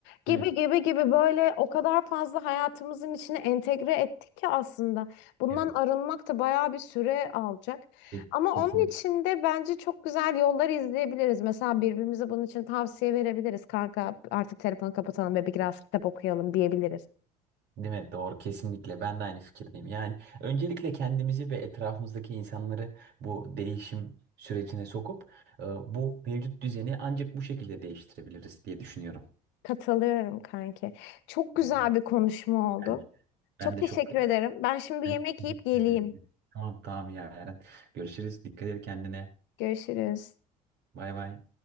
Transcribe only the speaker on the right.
değil mi?
Evet
ke-
kesin
değil mi? Doğru kesinlikle ben de aynı fikirdeyim. Yani öncelikle kendimizi ve etrafımızdaki insanları bu değişim sürecine sokup e, bu mevcut düzeni ancak bu şekilde değiştirebiliriz diye düşünüyorum.
Yani
bence- ben
de
çok
Ben
teşekkür
ederim. Tamam tamam ya Eren. Görüşürüz. Dikkat et kendine.
Bay bay.